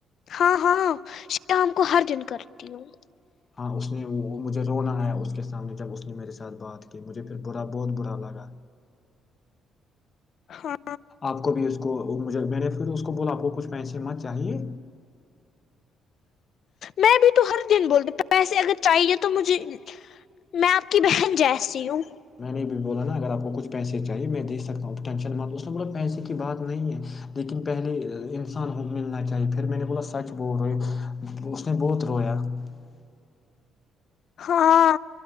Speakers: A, on the left (about 55°); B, on the left (about 30°).
A: ہاں ہاں شیام کو ہر دن کرتی ہوں
B: ہاں اس نے مجھے رونا ہے اس کے سامنے جب اس نے میرے ساتھ بات کی مجھے پھر برا بہت برا لگا
A: ہاں
B: آپ کو بھی اس <unintelligible> کو مجھے میں نے پھر اس کو بولا آپ کو کچھ پیسے مت چاہیے
A: میں بھی تو ہر دن بولتے پیسے اگر چاہیے تو مجھے میں آپ کی بہن جیسی ہوں
B: میں نے بھی بولا نا اگر آپ کو کچھ پیسے چاہے میں دے سکتا ہوں ٹینشن م اس نے بولا پیسے کی بات نہیں ہے لیکن پہلے انسان ملنا چاہیے پھر میرے بلا سچ بہت روئی اس نے بہت رویا <unintelligible>
A: ہاں